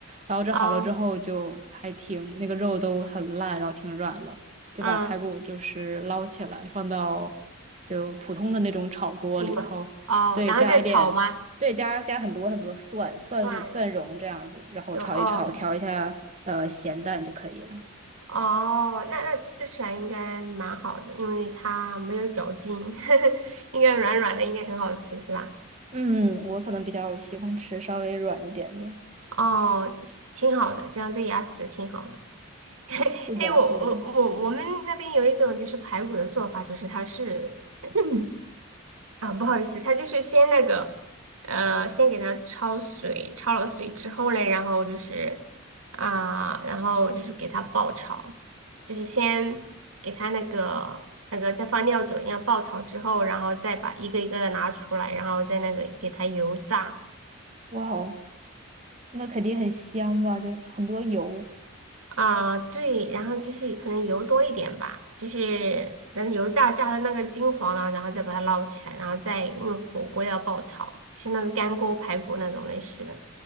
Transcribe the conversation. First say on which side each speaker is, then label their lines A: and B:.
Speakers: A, on the right; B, on the right.
A: 然后这好了之后就还挺那个肉都很烂，
B: 哦，
A: 然后挺软了，就把排骨就是捞起来放到就普通的那种炒锅里，
B: 嗯，我哦，
A: 然后对加一点。
B: 然后再炒吗？
A: 对，加加很多很多蒜蒜蒜蓉这样子，
B: 蒜
A: 然后炒一炒，
B: 有哦
A: 调一下呃咸淡就可以了。
B: 哦，那那吃起来应该蛮好的，因为它没有嚼劲，<laughs> 应该软软的，应该很好吃是吧？
A: 嗯，我可能比较喜欢吃稍微软一点的。
B: 哦，就是挺好的，这样对牙齿挺好的。<laughs>
A: 是的，
B: 哎，我我我我们那边有一种就是排骨的做法，
A: 是的。
B: 就是它是，<clears throat> 啊，不好意思，它就是先那个，呃，先给它焯水，焯了水之后嘞，然后就是啊，然后就是给它爆炒，就是先给它那个那个再放料酒一样爆炒之后，然后再把一个一个的拿出来，然后再那个给它油炸。
A: 哇哦，那肯定很香吧？就很多油。
B: 啊，对，然后就是可能油多一点吧，就是等油炸炸的那个金黄了，然后再把它捞起来，然后再用火锅料爆炒，就是那种干锅排骨那种类似的。